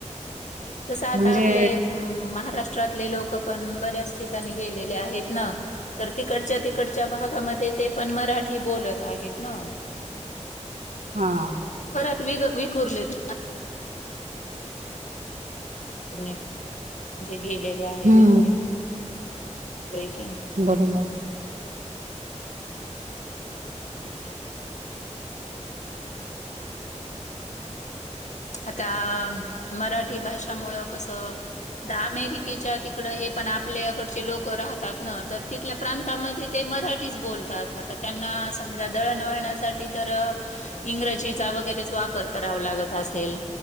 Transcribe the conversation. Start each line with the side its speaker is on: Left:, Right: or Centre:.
Left: तसं आता
Right: म्हणजे
Left: आपले महाराष्ट्र ष्ट्रातले लोक पण बऱ्याच ठिकाणी गेलेले आहेत न तर तिकडच्या तिकडच्या भागामध्ये ते पण मराठी बोलत आहेत न.
Right: हा
Left: परत विग विखूरलेत <inaudible> जे गेलेले आहेत
Right: हम्म
Left: ते <unintelligible>
Right: बरोबरनं
Left: <inaudible> आता मराठी भाषामुळं कसं आता अमेरिकेच्या तिकड हे पण आपल्याकडचे लोक राहतात न तर तिथल्या प्रांतामध्ये ते मराठीच बोलतात. आता त्यांना समजा दळणवळणासाठी तर इंग्रजीचा वगैरेच वापर करावा लागत अस सेल,